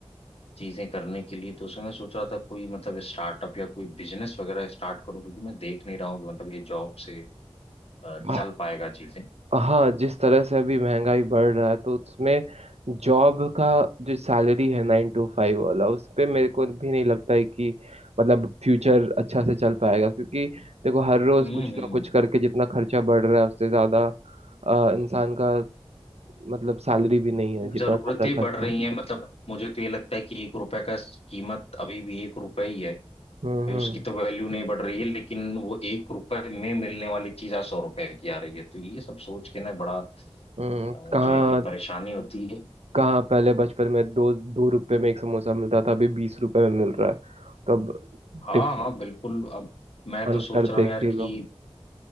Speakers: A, on the left; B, on the right.
A: चीजें करने के लिए तो उसमें मैं सोच रहा था कोई मतलब स्टार्टअप या कोई बिजनेस वगैरह स्टार्ट करूं क्योंकि मैं देख नहीं रहा हूँ कि मतलब ये जॉब से अ, चल
B: हाँ
A: पाएगा चीजें
B: हाँ, जिस तरह से अभी महंगाई बढ़ रहा है तो उसमें जॉब का जो सैलरी है नाइन टू फाइव वाला उस पे मेरे को भी नहीं लगता है कि मतलब फ्यूचर अच्छा से चल पाएगा क्योंकि देखो हर रोज
A: हम्म
B: कुछ
A: हम्म।
B: ना कुछ करके जितना खर्चा बढ़ रहा है उससे ज्यादा अ, इंसान का मतलब सैलरी भी नहीं है जितना
A: जरूरतें
B: ज्यादा
A: बढ़
B: खर्च
A: रही
B: है
A: हैं मतलब मुझे तो ये लगता है कि एक रुपए का कीमत अभी भी एक रुपए ही है
B: हम्म
A: भाई
B: हम्म
A: उसकी तो वैल्यू नहीं बढ़ रही है लेकिन वो एक रुपए में मिलने वाली चीज आज सौ रुपए की आ रही है तो ये सब सोच के ना बड़ा अ,
B: हम्म
A: जो
B: कहाँ
A: है कि परेशानी होती है
B: कहाँ पहले बचपन में दो दो रुपए में एक समोसा मिलता था अभी बीस रुपए में मिल रहा है तो अब
A: हाँ
B: डिफ
A: हाँ बिल्कुल अब मैं तो
B: अंतर
A: सोच रहा
B: देख
A: हूँ यार
B: ही
A: कि
B: लो